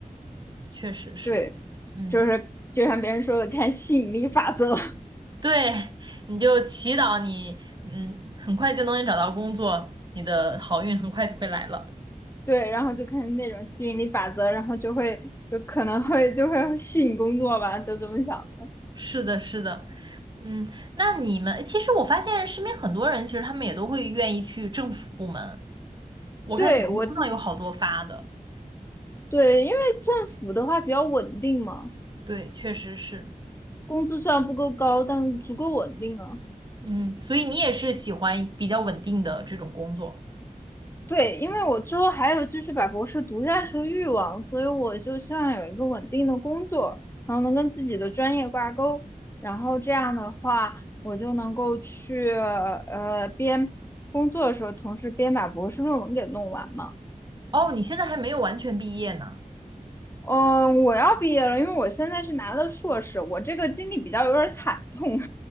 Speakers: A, on the right; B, on the left.
A: 确实是，
B: 对，
A: 嗯，
B: 就是就像别人说的，看吸引力法则。<laughs>
A: 对，你就祈祷你，嗯，很快就能找到工作，你的好运很快就会来了。
B: 对，然后就看那种吸引力法则，然后就会就可能会就会吸引工作吧，就这么想的。
A: 是的，是的。嗯，那你们其实我发现身边很多人，其实他们也都会愿意去政府部门，我看小红书上有好多发的，
B: 对，我这对，因为政府的话比较稳定嘛，
A: 对，确实是，
B: 工资虽然不够高，但足够稳定啊。
A: 嗯，所以你也是喜欢比较稳定的这种工作。
B: 对，因为我之后还有继续把博士读下去的欲望，所以我就希望有一个稳定的工作，然后能跟自己的专业挂钩，然后这样的话，我就能够去呃边工作的时候，同时边把博士论文给弄完嘛。
A: 哦，你现在还没有完全毕业呢。
B: 嗯，我要毕业了，因为我现在是拿的硕士，我这个经历比较有点惨痛。